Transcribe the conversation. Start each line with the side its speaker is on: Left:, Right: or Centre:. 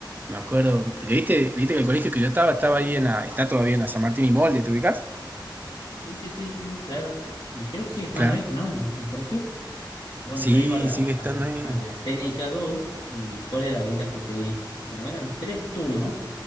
Right: Me acuerdo, porque viste, viste que el colegio que yo estaba, estaba ahí en la, está todavía en la San Martín y Molde, ¿te ubicás?
Left: sí, sí, sí, sí, sí, claro. Y creo que sigue estando
Right: Claro.
Left: ahí, ¿no? En el colegio. Bueno,
Right: Sí,
Left: yo iba a la,
Right: sigue estando
Left: a la,
Right: ahí.
Left: a la técnica dos y ¿cuál era la ventaja que tenía ahí? Como eran tres turnos,